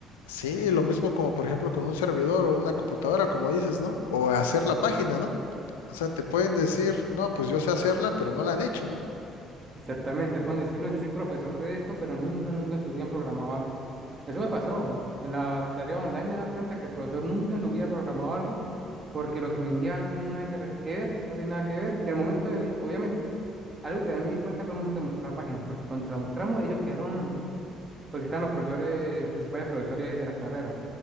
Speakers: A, on the left; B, on the right.
A: Sí, lo mismo como por ejemplo con un servidor o una computadora, como dices, ¿no? O hacer la página, ¿no? O sea, te pueden decir, no, pues yo sé hacerla, pero no la han hecho, ¿no?
B: Exactamente, pueden decir, no, yo soy profesor de esto, pero nunca, nunca en su vida han programado algo. Eso me pasó. En las tareas online me da cuenta que el profesor nunca en su vida ha programado algo porque lo que me enviaba no tenía nada que, re- que ver, no tenía nada que ver. Y al momento de, obviamente, algo que también me di cuenta fue el momento de mostrar la página, porque cuando se la mostramos ellos quedaron, porque estaban los profesores, los principales profesores de la carrera.